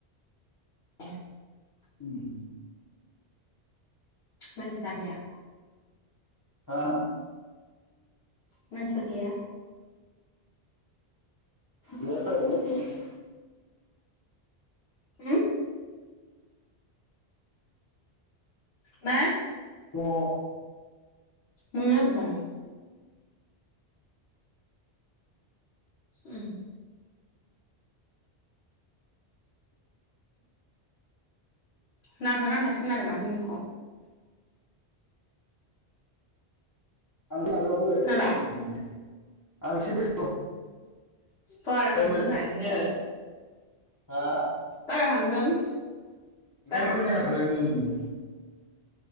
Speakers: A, on the left; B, on the left.
A: ए
B: उम।
A: मानसिफ्रा गैया?
B: हा
A: मानसिफोर गैया?
B: गैया रावबोआनो गैया।
A: हुम मा?
B: अ
A: नोङो अबाव दं? उम नांथा नांथासो खोनादों माथो नोंनिखौ।
B: <unintelligible>
A: खोनाबाय <unintelligible>
B: फैबाय हा?
A: दहाय थांदों?
B: बेखायनो
A: बारा थांदों
B: खोनायाखै हुम।